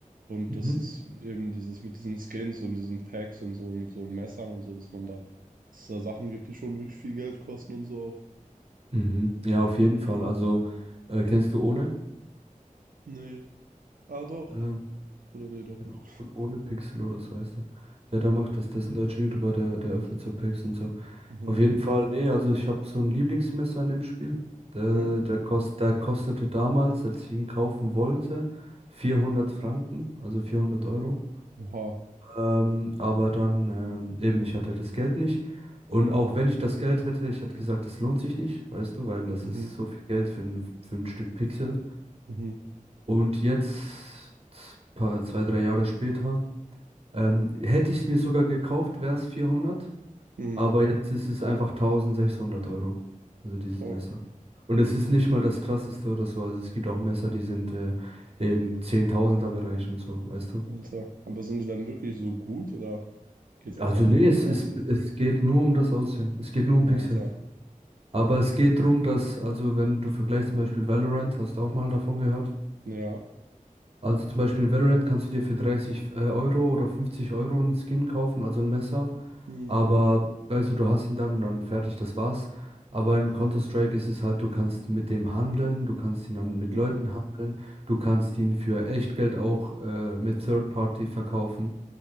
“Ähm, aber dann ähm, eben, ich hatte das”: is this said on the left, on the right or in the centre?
Right